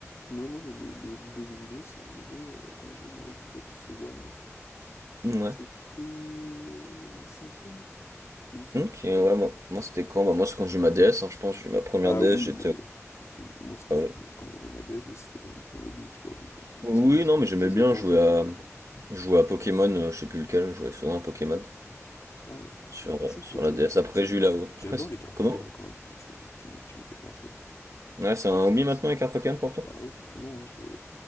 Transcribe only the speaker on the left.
Moi, moi, le, le hobby des jeux vidéo, c'est arrivé euh, quand j'ai eu ma Xbox One.
C'était un cinquième, il me semble.
Ah
oui,
mais, mais c'est- moi, c'était
quand j'- quand j'avais ma DS, oui, c'était pas non plus un hobby, tu vois, que j'étais trop petit,
je jouais,
je jouais
pour
jouer.
Ah ouais, Pokémon.
Ah, c'est
vrai
que Pokémon,
c'est...
c'est-
J'adore
les cartes
Pokémon quand, quand tu, tu m'y tu m'y fais penser.
Donc,
c'est-
c'est-
Bah oui, carrément, hein, je vais,